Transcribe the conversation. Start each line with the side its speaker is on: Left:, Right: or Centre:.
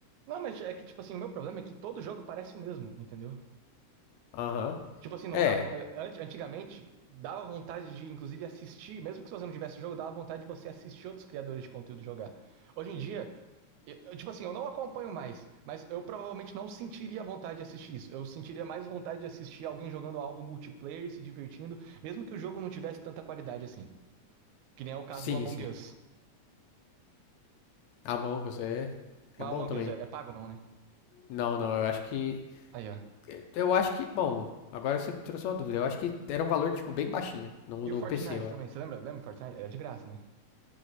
Right: Não, mas é que, tipo assim, o meu problema é que todo jogo parece o mesmo, entendeu?
Left: Aham.
Right: Tipo assim, não
Left: É,
Right: dava. ant- Antigamente, dava vontade de, inclusive, assistir, mesmo que se você não tivesse o jogo, dava vontade de você assistir outros criadores de conteúdo jogar. Hoje em dia, eu- eu, tipo assim, eu não acompanho mais, mas eu provavelmente não sentiria vontade de assistir isso. Eu sentiria mais vontade de assistir alguém jogando algo multiplayer, se divertindo, mesmo que o jogo não tivesse tanta qualidade assim. Que nem é o caso
Left: sim,
Right: do Among
Left: sim.
Right: Us.
Left: Among Us é. É
Right: Mas
Left: bom
Right: Among
Left: também.
Right: Us é, é pago, não, né?
Left: Não, não, eu acho que.
Right: Aí, ó.
Left: É, Eu acho que, bom, agora você trouxe uma dúvida. Eu acho que era um valor, tipo, bem baixinho no,
Right: E
Left: no
Right: o Fortnite
Left: PC, eu
Right: também,
Left: acho.
Right: você lembra? Lembra o Fortnite? Era de graça, né?